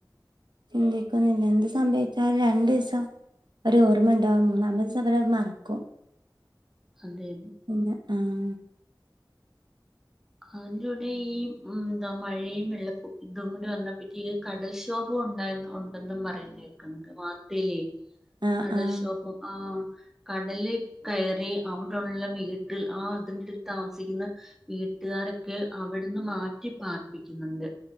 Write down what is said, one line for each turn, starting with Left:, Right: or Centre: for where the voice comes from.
Right: ചിന്തിക്കുന്നില്ല എന്ത് സംഭവിച്ച ലും രണ്ടീസം ഒരു ഓർമ്മ ഇണ്ടാവും മൂന്നാമതീസം ഇവരത് മറക്കും.
Centre: അതെ
Right: പിന്നെ ആഹ്
Centre: അതിന്റെൂടെ ഈ ഉം ന്താ മഴയും വെള്ളപ്പും ഇതും കൂടി വന്നപ്പക്ക് ഈ കടൽക്ഷോഭം ഉണ്ടായന്ന് ഉണ്ടെന്നും പറയുന്നേക്കിണ്ട് വാർത്തയിലേ
Right: ആഹ്
Centre: കടൽക്ഷോഭം
Right: ആഹ്
Centre: ആഹ് കടലിൽ കയറി അവിടെള്ള വീട്ടിൽ ആ അതിന്റെടുത്ത് താമസിക്കുന്ന വീ വീട്ടുകാരൊക്കെ അവിടുന്ന് മാറ്റി പാർപ്പിക്കുന്നുണ്ട്